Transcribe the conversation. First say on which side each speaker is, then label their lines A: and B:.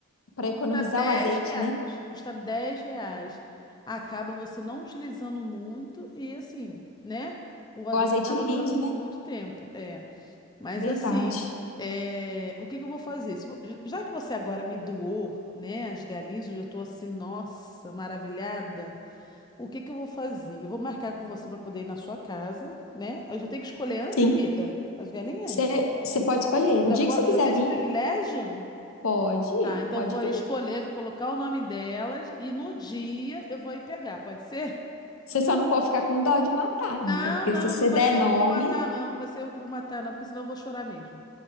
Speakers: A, on the left; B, on the left.
A: para economizar
B: Custa 10
A: o azeite,
B: reais.
A: né?
B: Custa 10 reais. Acaba você não utilizando muito e assim, né? O azeite
A: O azeite
B: acaba
A: rende,
B: durando por
A: né?
B: muito tempo. É. Mas
A: Verdade.
B: assim, é, o que que eu vou fazer? Se vo- Já que você agora me doou, né, as galinhas, eu já tô assim, nossa, maravilhada. O que que eu vou fazer? Eu vou marcar com você para poder ir na sua casa, né? Eu já tenho que escolher antes,
A: Sim.
B: amiga, as galinhas?
A: Você pode escolher. O
B: Já,
A: dia
B: po-
A: que você quiser
B: já tem esse
A: vir,
B: privilégio?
A: pode,
B: Tá, então
A: pode
B: vou aí
A: vir.
B: escolher, vou colocar o nome delas e no dia eu vou aí pegar, pode ser?
A: Você só não pode ficar com dó de matar,
B: Não,
A: amiga, porque
B: não,
A: se você
B: não vai
A: der
B: ser
A: nome,
B: eu que vou matar, não. Não vai ser eu que vou matar, não, porque senão eu vou chorar mesmo.